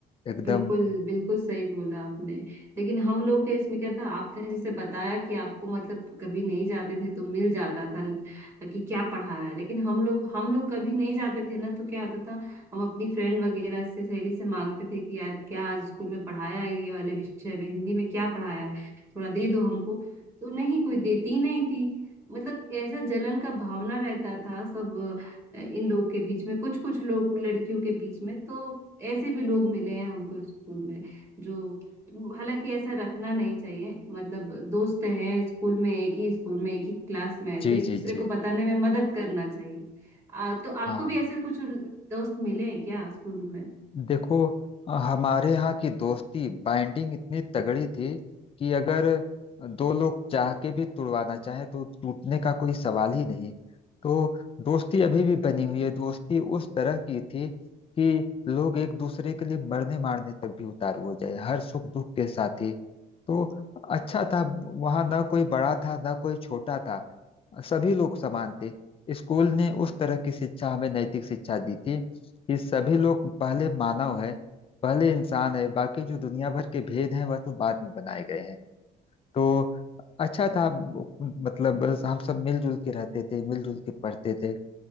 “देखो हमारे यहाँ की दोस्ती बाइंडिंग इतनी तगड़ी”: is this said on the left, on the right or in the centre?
Left